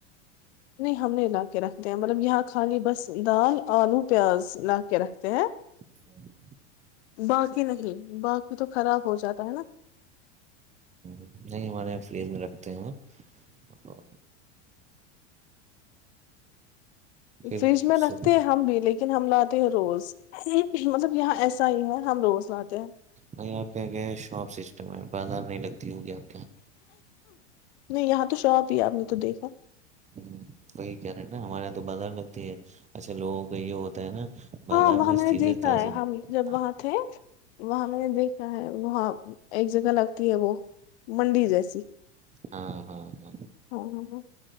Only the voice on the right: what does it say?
جی
نہیں ہمارے فریز میں رکھتے ہیں اور پھر
سب
نہیں آپ پہلے شاپ سسٹم ہے بازار نہیں لگتی ہوگی آب
ہوں، وہی کہہ رہے ہیں نا ہمارے یہاں تو بازار لگتی ہے اچھا لوگوں کا یہ ہوتا ہے نا بازار
اس
چیزیں
تازی
ہاں
ہاں ہاں ہاں